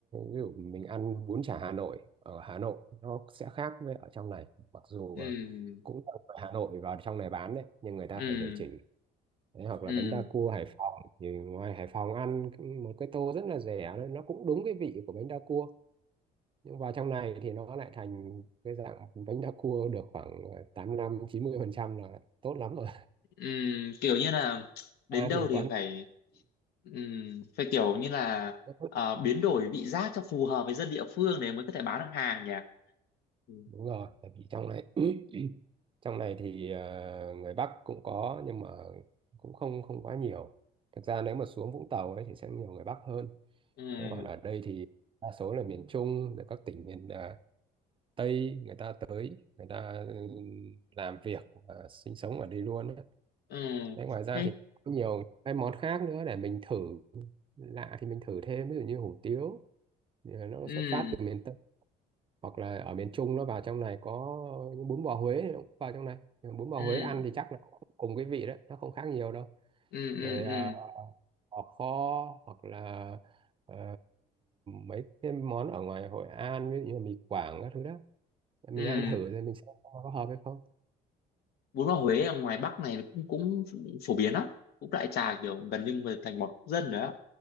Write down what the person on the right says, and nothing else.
ví dụ mình ăn bún chả Hà Nội ở Hà Nội nó sẽ khác với ở trong này mặc dù
ờ, cũng là ở Hà Nội vào trong này bán đấy nhưng người ta
phải điều chỉnh Đấy, hoặc
là bánh đa cua Hải Phòng thì ngoài Hải Phòng ăn một cái tô rất là rẻ thôi, nó cũng đúng cái vị của bánh đa cua nhưng vào trong này thì nó lại thành cái dạng bánh đa cua được khoảng ờ, tám lăm chín mươi phần trăm là tốt lắm rồi
<laughs>
ta
thì
có những
cái tốt
đúng rồi tại vì trong này <clears throat> trong này thì ờ, người Bắc cũng có nhưng mà cũng không không quá nhiều thực ra nếu mà xuống Vũng Tàu ấy thì sẽ nhiều người Bắc hơn
thế còn ở đây thì đa số là miền Trung rồi các tỉnh miền ờ, Tây người ta tới người ta ừ, làm việc và sinh sống ở đây luôn ấy.
Đấy, ngoài ra
thì có nhiều cái món khác nữa để mình thử lạ thì mình thử thêm ví dụ như hủ tiếu thì nó
xuất phát từ miền Tây hoặc là ở miền Trung nó vào trong này có những bún bò Huế nó cũng vào trong này Nhưng mà bún bò
Huế ăn thì chắc là cũng cùng cái vị đấy nó không khác nhiều đâu
rồi à,
bò kho hoặc là ờ, mấy cái món ở ngoài Hội An ví dụ như là mì Quảng các thứ đó mình
ăn thử rồi mình xem có hợp hay không